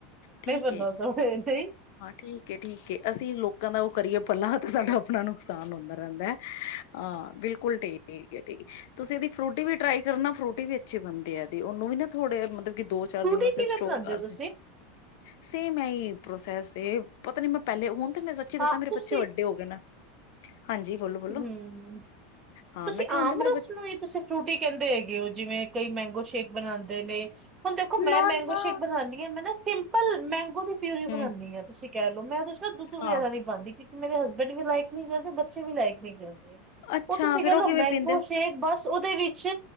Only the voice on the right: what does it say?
ਬਣੋ
ਥੋੜੇ ਨਹੀਂ
ਫਰੂਟੀ
ਕਿਵੇਂ
ਬਣਾਉਂਦੇ
ਹੋ ਤੁਸੀਂ?
ਹਾਂ
ਤੁਸੀਂ
ਹੂੰ।
ਤੁਸੀਂ
ਆਮ
ਰਸ
ਨੂੰ ਹੀ ਤੁਸੀਂ ਫਰੂਟੀ ਕਹਿੰਦੇ ਹੈਗੇ ਹੋ ਜਿਵੇਂ ਕਈ ਮੈਂਗੋ ਸ਼ੇਕ ਬਣਾਦੇ ਦੇ ਨੇ ਹੁਣ ਦੇਖੋ ਮੈਂ
ਮੈਂਗੋ
ਸ਼ੇਕ ਬਨਾਨੀ ਹਾਂ ਮੈਂ ਨਾ ਸਿੰਪਲ ਪਲ ਮੈਂਗੋ ਦੀ ਪਿਓਰੀ
ਬਨਾਨੀ ਆ ਤੁਸੀਂ ਕਹਿ ਲਓ ਮੈਂ ਉਹਦੇ ਨਾਲ ਨਾ ਦੁੱਧ
ਵਗੈਰਾ ਨੀ ਪਾਉਦੀ। ਮੇਰੇ ਹਸਬੈਂਡ ਵੀ ਲਾਈਕ ਨੀ ਕਰਦੇ ਬੱਚੇ ਵੀ ਲਾਈਕ ਨੀ ਕਰਦੇ।
ਉਹ ਤੁਸੀਂ
ਕਹਿਲਓ
ਮੈਂਗੋ
ਸ਼ੇਕ ਬਸ ਉਹ ਦੇ ਵਿੱਚ